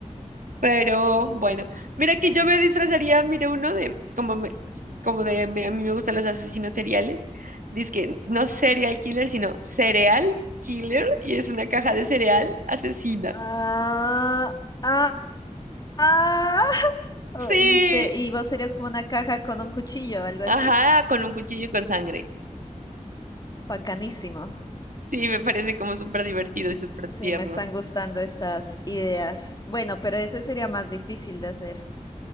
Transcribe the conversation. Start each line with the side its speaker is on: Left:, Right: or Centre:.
Right: Pero bueno,
Left: Y pues...
Right: mira que yo me disfrazaría, mira uno de, como, me- como de, me- a mí me gustan los asesinos seriales. Dice que no serial killer, sino cereal killer, y es una caja de cereal asesina.
Left: Ah, ah, ah. Oh,
Right: Sí,
Left: y, te, y vos serías como una caja con un cuchillo, algo así.
Right: ajá, con un cuchillo y con sangre.
Left: Bacanísimo.
Right: Sí, me parece como súper divertido y súper
Left: Sí,
Right: tierno.
Left: me están gustando estas ideas. Bueno, pero ese sería más difícil de hacer.